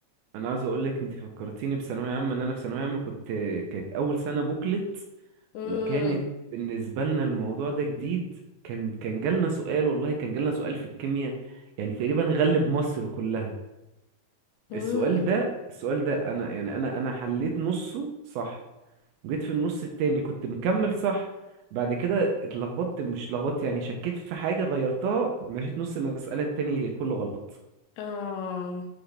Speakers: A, on the right; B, on the left.
A: انا عاوز اقول لك انت فكرتيني بثانويه عامه ان انا في ثانويه عامه كنت كانت اول سنه بوكلت
B: امم
A: وكانت بالنسبه لنا الموضوع ده جديد كان كان جالنا سؤال والله كان جالنا سؤال في الكيمياء يعني تقريبا غلب مصر كلها
B: امم
A: السؤال ده السؤال ده انا يعني انا انا حليت نصه صح وجيت في النص التاني كنت مكمل صح بعد كده اتلخبطت مش اتلخبطت يعني شكيت في حاجه غيرتها مشيت نص المساله التاني كله غلط
B: اه